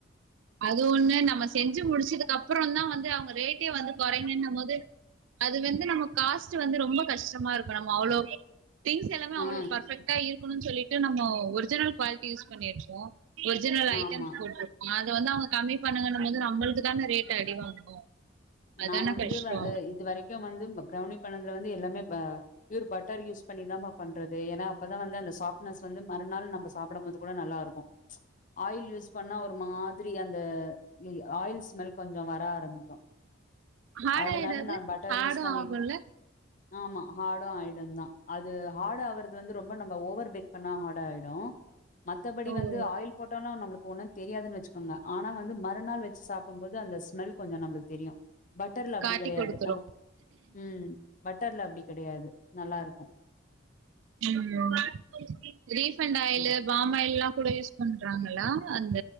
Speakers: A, on the right; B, on the left.
A: அது ஒண்ணு நம்ம செஞ்சு முடிச்சதுக்கு அப்றோந்தா வந்து அவங்க ரேட்டே வந்து கொறைங்கன்னும் போது அது வந்து நம்ம காஸ்ட் வந்து ரொம்ப கஷ்டமா இருக்கு நம்மோ அவ்ளோ திங்ஸ் எல்லாமே
B: ஆ
A: அவ்ளோ பர்ஃபெக்டா இருக்கணுன்னு சொல்லிட்டு நம்மோ ஒரிஜினல் குவாலிட்டி யூஸ் பண்ணிருப்போ ஒரிஜினல் ஐட்டம்ஸ்
B: ஆமா
A: போட்ருப்போ அது வந்து அவங்க கம்மி பண்ணுங்கன்னும்போது நம்மளுக்குதான ரேட் அடி வாங்கு அதான
B: நா வந்து
A: கஷ்டோ
B: வ அ இதுவரைக்கு வந்து ப பிரௌனி பண்ணதுல வந்து எல்லாமே ப ப்யூர் பட்டர் யூஸ் பண்ணிதாம்மா பண்றது ஏன்னா அப்பதா வந்து அந்த சாஃப்ட்னஸ் வந்து மறுநாள் நம்ப சாப்படம்போது கூட நல்லா இருக்கு ஆயில் யூஸ் பண்ணா ஒரு மாதிரி அந்த ய் ஆயில் ஸ்மெல் கொஞ்சோ வர ஆரம்பிக்கு
A: ஹார்டா
B: அதனால
A: ஏதாவது
B: நா பட்டர்
A: ஹார்டு
B: யூஸ் பண்ணிட்டே
A: ஆகுல்ல
B: ஆமா ஹாடு ஆயிடுந்தா அது ஹாடு ஆவறது வந்து ரொம்ப நம்ம ஓவர் பேக் பண்ணா ஹாடு ஆயிடு மத்தபடி
A: ஓ
B: வந்து ஆயில் போட்டாலு நம்ளுக்கு ஒன்னு தெரியான்னு வச்சுக்கோங்க ஆனா வந்து மறுநாள் வச்சு சாப்டும் போது அந்த ஸ்மெல் கொஞ்சோ நம்ளுக் தெரியு பட்டர்ல அப்டி
A: காட்டி
B: கெடையாது
A: குடுத்துரு
B: நம்ம ம் பட்டர்ல அப்டி கெடையாது நல்லாருக்கு
A: ம் ரீஃபண்டாயிலு
B: ம்.
A: பாம் ஆயில்லா கூட யூஸ் பண்றாங்களா அந்த